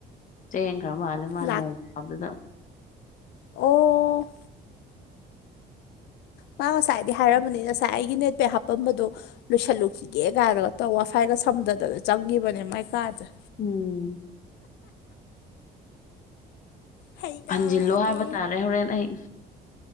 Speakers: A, on the left; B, on the left.
A: ꯆꯦꯟ ꯈꯔ ꯃꯥꯜꯂ ꯃꯥꯅꯣꯡ
B: ꯂꯥꯛ
A: ꯈꯠꯇꯗ
B: ꯑꯣ ꯃꯥ ꯉꯁꯥꯏꯗꯤ ꯍꯥꯏꯔꯝꯕꯅꯤ ꯉꯁꯥꯏ ꯑꯩꯒꯤ ꯅꯦꯠꯄꯦ ꯍꯥꯞꯄꯝꯕꯗꯣ ꯂꯣꯏꯁꯜꯂꯨꯈꯤꯒꯦ ꯀꯥꯏꯅꯒ ꯇ ꯋꯥ ꯐꯥꯏꯒ ꯁꯝꯊꯗꯅ ꯆꯪꯕꯅꯦ ꯃꯥꯏ ꯀꯥꯗꯅ
A: ꯎꯝ
B: ꯍꯩꯅꯗꯦ
A: ꯍꯟꯖꯤꯜꯂꯣ ꯍꯥꯏꯕ ꯇꯥꯔꯦ ꯍꯣꯔꯦꯟ ꯑꯩ